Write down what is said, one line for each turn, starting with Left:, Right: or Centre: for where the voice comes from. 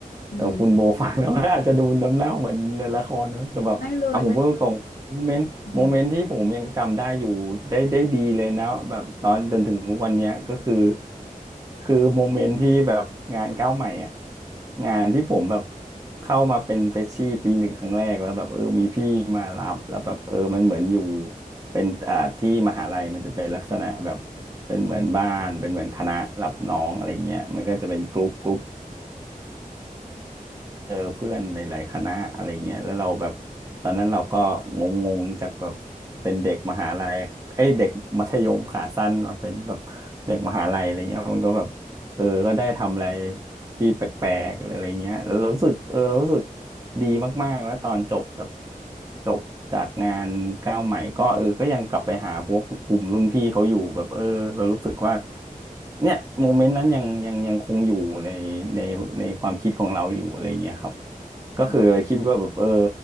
Left: อืม
Right: เออคุณโบฟังแล้วมันอาจจะดูน้ำเน่าเหมือนในละครนะแต่แบบเอาผมพูดตรงๆโมเมนต์โมเมนต์ที่ผมยังจำได้อยู่ได้ได้ดีเลยนะแบบตอนจนถึงทุกวันเนี้ยก็คือ
Left: ไม่เลยไม่เลยอืม
Right: คือโมเมนต์ที่แบบงานก้าวใหม่อ่ะงานที่ผมแบบ เข้ามาเป็นเฟรชชี่ปีหนึ่งครั้งแรกแล้วแบบเออมีพี่มารับแล้วแบบเออมันเหมือนอยู่เป็นอ่าที่มหาลัยมันจะเป็นลักษณะแบบเป็นเหมือนบ้านเป็นเหมือนคณะรับน้องอะไรเงี้ยมันก็จะเป็นกรุ๊ปกรุ๊ป เจอเพื่อนหลายๆคณะอะไรเงี้ยแล้วเราแบบตอนนั้นเราก็งงๆจากแบบเป็นเด็กมหาลัยไอ้ยเด็กมัธยมขาสั้นมาเป็นแบบเด็กมหาลัยอะไรเงี้ยมันก็แบบเออก็ได้ทำอะไร
Left: อืม
Right: ที่แปลกๆอะไรเงี้ยแล้วรู้สึกเออรู้สึกดีมากๆแล้วตอนจบแบบจบจากงานก้าวใหม่ก็เออก็ยังกลับไปหาพวกกลุ่มรุ่นพี่เขาอยู่แบบเออเรารู้สึกว่า เนี่ยโมเมนต์นั้นยังยังยังคงอยู่ในในในความคิดของเราอยู่อะไรอย่างเงี้ยครับก็คือเลยคิดว่าแบบเออ
Left: อืม